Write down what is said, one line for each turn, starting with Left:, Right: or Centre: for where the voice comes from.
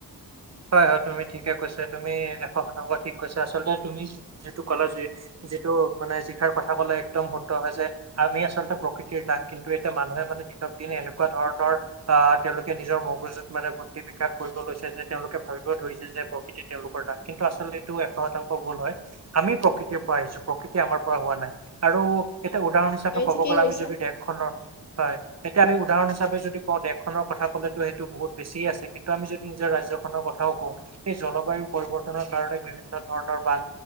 Right: হয়, হয় তুমি ঠিকে কৈছ তুমি এশ শতাংশ ঠিক কৈছা আচলতে তুমি যিটো ক'লা যে যিটো মানে যি শাৰ কথা ক'লে একদম শুদ্ধ হয় যে আমি আচলতে প্ৰকৃতিৰ দাস কিন্তু এতিয়া মানুহে মানে দিনত দিনে এনেকুৱা ধৰণৰ অহ, তেওঁলোকে নিজৰ মগজুত মানে বুদ্ধি বিকাশ কৰিব লৈছে যে তেওঁলোকে ভাবিব ধৰিছে যে প্ৰকৃতি তেওঁলোকৰ দাস কিন্তু আচলতে এইটো এশ শতাংশ ভুল হয়, আমি প্ৰকৃতিৰ পৰা আহিছোঁ প্ৰকৃতি আমাৰ পৰা হোৱা নাই আৰু এতিয়া উদাহৰণ হিচাপে
Left: হয়
Right: ক'ব
Left: ঠিকেই
Right: গ'লে
Left: কৈছা,
Right: আমি যদি দেশখনৰ হয়, এতিয়া আমি উদাহৰণ হিচাপে যদি কওঁ দেশখনৰ কথা ক'লেটো সেইটো বহুত বেছি আছে কিন্তু আমি যদি নিজৰ ৰাজ্য খনৰ কথাও কওঁ এই জলবায়ু পৰিৱৰ্তনৰ কাৰণে বিভিন্ন ধৰণৰ বান